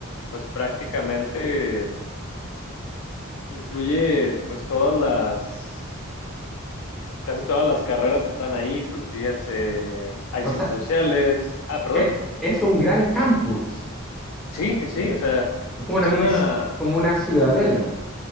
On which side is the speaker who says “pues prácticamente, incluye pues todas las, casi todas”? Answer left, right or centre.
Left